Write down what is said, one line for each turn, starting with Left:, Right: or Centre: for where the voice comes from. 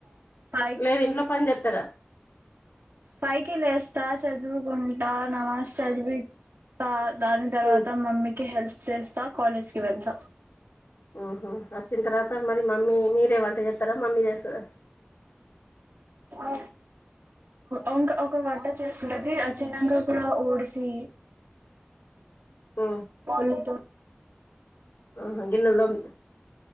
Right: పైకి
Left: లేదు ఇంట్లో పని చేస్తారా
Right: పైకిలెస్తా చదువుకుంటా నమాజ్ చదివి తా దాని తర్వాత
Left: మ్మ్
Right: మమ్మీకి హెల్ప్ చేస్తా కాలేజ్ కి వెళ్తా
Left: ఉహు వచ్చిన తర్వాత మరి మమ్మీ మీరేవంట చెస్తారా మమ్మీ చేస్తందా
Right: ఆ ఈకా ఒక వంట చేస్తుంటది వచిన్నక కూడా ఓడిసి
Left: ఆ
Right: పల్లుతో
Left: ఆహా గిన్నలుతొమ్